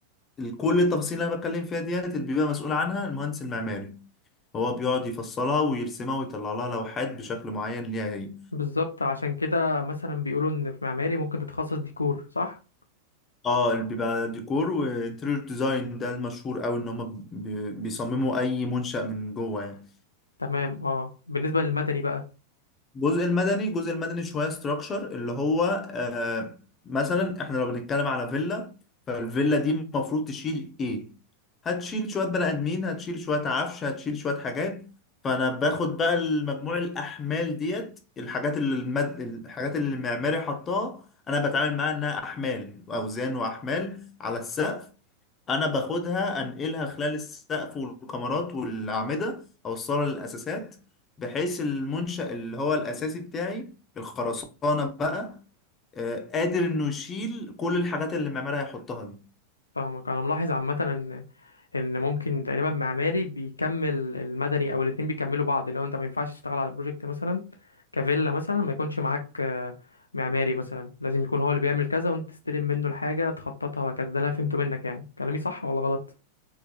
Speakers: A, on the left (about 25°); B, on the left (about 80°).
A: كل التفاصيل اللي انا بتكلم فيها ديت اللي بيبقى مسؤول عنها المهندس المعماري هو بيقعد يفصلها ويرسمها ويطلع لها لوحات بشكل معين ليها هي
B: بالظبط عشان كده مثلا بيقولوا ان في معماري ممكن تتخصص ديكور صح
A: اه اللي بيبقى ديكور وانتريور ديزاين ده المشهور قوي ان هم بي- بيصمموا اي منشأ من جوه يعني
B: تمام اه بالنسبه للمدني بقى
A: الجزء المدني الجزء المدني شويه ستراكشر اللي هو آه مثلا احنا لو بنتكلم على فيلا فالفيلا دي المفروض تشيل ايه هتشيل شويه بني ادمين هتشيل شويه عفش هتشيل شويه حاجات فانا باخد بقى المجموع الاحمال ديت الحاجات اللي المد... الحاجات اللي المعماري حطها انا بتعامل معاها انها احمال اوزان واحمال على السقف انا باخدها انقلها خلال السقف والكمرات والاعمده اوصلها للاساسات بحيث المنشأ اللي هو الاساسي بتاعي الخرسانه بقى آه، قادر انه يشيل كل الحاجات اللي المعمار هيحطها دي
B: فاهمك انا ملاحظ عامه ان ان ممكن تقريبا معماري بيكمل المدني او الاتنين بيكملوا بعض لو انت ما ينفعش تشتغل على بروجكت مثلا كفيلا مثلا ما يكونش معاك آه، معماري مثلا لازم يكون هو اللي بيعمل كذا وانت تستلم منه الحاجه تخططها وهكذا ده اللي انا فهمته منك يعني كلامي صح ولا غلط